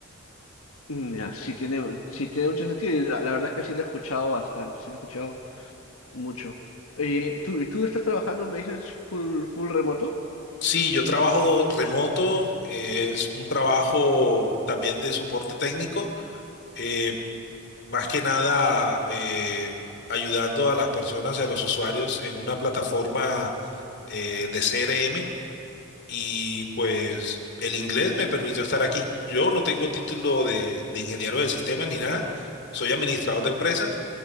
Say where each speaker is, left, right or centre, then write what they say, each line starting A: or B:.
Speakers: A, on the left; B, on the left.
A: Mm, Ya, sí tiene, sí tiene mucho sentido y la, la verdad es que sí lo he escuchado bastante, sí lo he escuchado mucho. Eh, ¿tú, y tú estás trabajando, me dices, full, full remoto?
B: Sí, yo trabajo remoto, es un trabajo también de soporte técnico, eh, más que nada eh, ayudando a las personas y a los usuarios en una plataforma eh, de CRM y pues el inglés me permitió estar aquí. Yo no tengo título de, de ingeniero de sistemas ni nada, soy administrador de empresas,